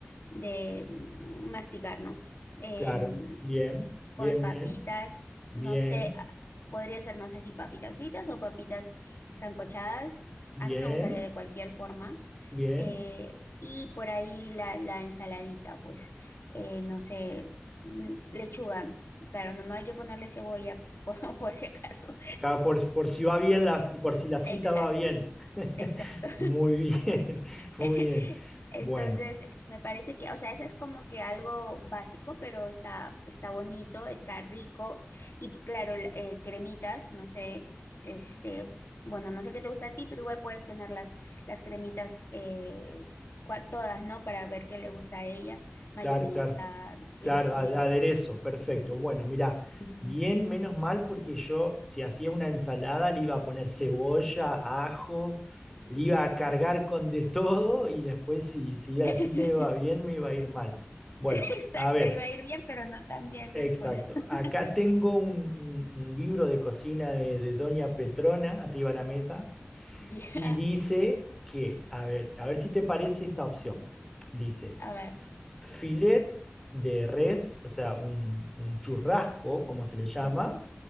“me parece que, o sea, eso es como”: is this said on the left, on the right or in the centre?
Left